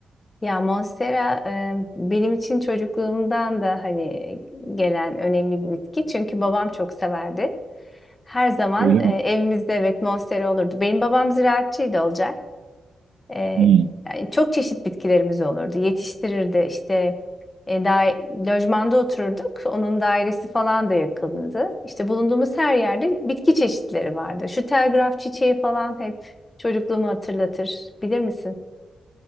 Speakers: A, on the left; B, on the right.
A: Ya Monstera e, benim için çocukluğumdan da hani gelen önemli bir bitki. Çünkü babam çok severdi. Her zaman
B: Öyle
A: e,
B: mi?
A: evimizde evet Monstera olurdu. Benim babam ziraatçıydı Olcay. E,
B: Hı.
A: yani çok çeşit bitkilerimiz olurdu. Yetiştirirdi işte e, da, lojmanda otururduk. Onun dairesi falan da yakındı. İşte bulunduğumuz her yerde bitki çeşitleri vardı. Şu telgraf çiçeği falan hep çocukluğumu hatırlatır. Bilir misin?